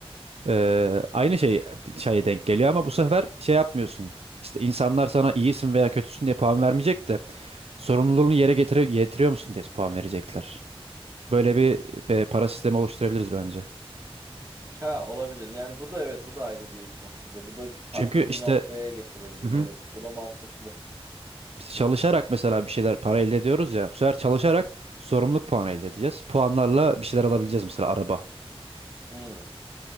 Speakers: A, on the right; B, on the right.
A: Eee, aynı şey şeye denk geliyor ama bu sefer şey yapmıyorsun. İşte insanlar sana iyisin veya kötüsün diye puan vermeyecek de sorumluluğunu yere getire, getiriyor musun diye puan verecekler. Böyle bir, e, para sistemi oluşturabiliriz bence.
B: Ha olabilir. Yani bu da evet bu da ayrı bir noktada. Bu da farklı
A: Çünkü işte
B: bir noktaya getirebilir.
A: Mhm.
B: Evet bu da mantıklı.
A: Biz çalışarak mesela bir şeyler para elde ediyoruz ya. Bu sefer çalışarak sorumluluk puanı elde edeceğiz. Puanlarla bir şeyler alabileceğiz mesela araba.
B: Hmm.